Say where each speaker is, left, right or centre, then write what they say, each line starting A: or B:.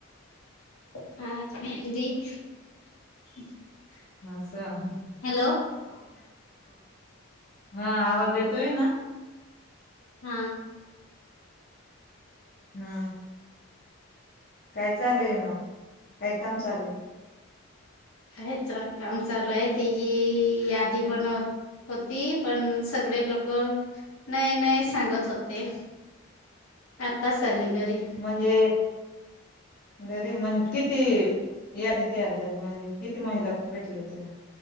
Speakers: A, on the left (about 75°); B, on the left (about 45°).
A: <unintelligible>
B: हा च <unintelligible>
A: हॅलो
B: हा आवाज येतोय ना.
A: हा!
B: हा! काय चालूय म काय, काम चालूय?
A: हे चां काम चालू आहे ते ये यादी बनव होती, पण सगळे लोक नाही, नाही, सांगत होते आता चाली घरी
B: म्हणजे घरी म्हण किती यादी तयार झाली, म्हणजे किती महिला भेटले तुया